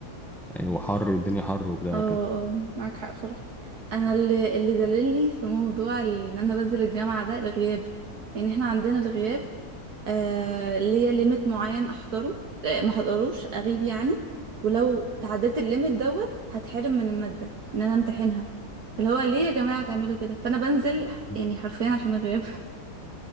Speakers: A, in the centre; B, on the right (about 70°).
A: يعني وحر والدنيا حر وبتاع
B: اه
A: وكده
B: آه، معاك حق بصراحة انا اللي اللي دللني في موضوع ال- ان انا بنزل الجامعة ده الغياب يعني احنا عندنا الغياب آه ليا ليميت معين احضره آه ما احضروش اغيب يعني ولو تعديت الليميت دوت هتحرم من المادة ان انا امتحنها فاللي هو ليه يا جماعة تعملوا كده فانا بنزل
A: مم.
B: يعني حرفيا عشان الغياب <laughs>